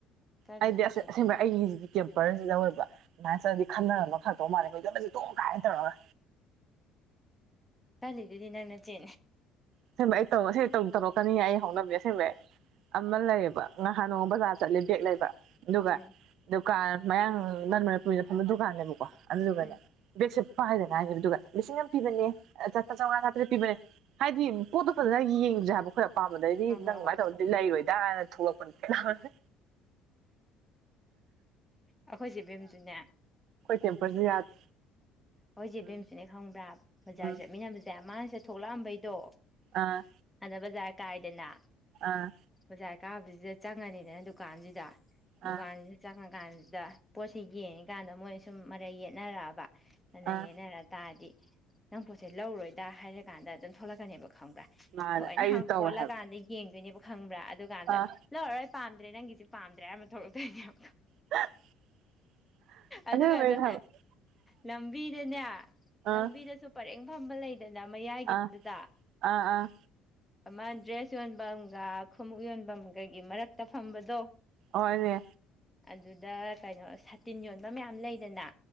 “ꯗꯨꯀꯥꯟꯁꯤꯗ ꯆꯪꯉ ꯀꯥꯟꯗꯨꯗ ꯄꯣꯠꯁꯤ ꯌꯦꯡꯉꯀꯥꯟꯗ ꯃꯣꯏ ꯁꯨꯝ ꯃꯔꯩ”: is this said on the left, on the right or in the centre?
Centre